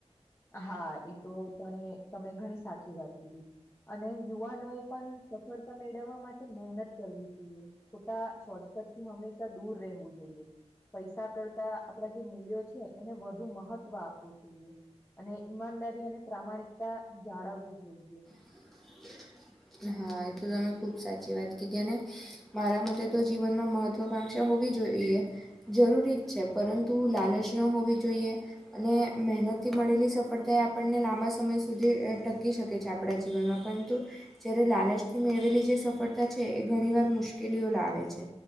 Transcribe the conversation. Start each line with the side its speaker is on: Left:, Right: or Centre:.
Left: હા એ તો તને તમે ઘણી સાચી વાત કીધી. અને યુવાનો એ પણ સફળતા મેળવવા માટે મહેનત કરવી જોઈએ. ખોટા શોર્ટકટ થી હંમેશા દૂર રહેવું જોઈએ. પૈસા કરતા આપડા જે મૂલ્યો છે એને વધુ મહત્વ આપવું જોઈએ. અને ઈમાનદારી અને પ્રામાણિકતા જાળવવી જોઈએ.
Centre: <inaudible> એ હા એ તો તમે ખુબ સાચી વાત કીધી અને મારા મતે તો જીવનમાં મહત્વ તો કાંક્ષા હોવી જોઈએ જરૂરી જ છે પરંતુ લાલચ ન હોવી જોઈએ અને મહેનતથી મળેલી સફળતા એ આપણને લાંબા સમય સુધી અહ ટકી શકે છે આપણા જીવનમાં પરંતુ જ્યારે લાલચ થી મેળવેલી જે સફળતા છે એ ઘણી વાર મુશ્કેલીઓ લાવે છે.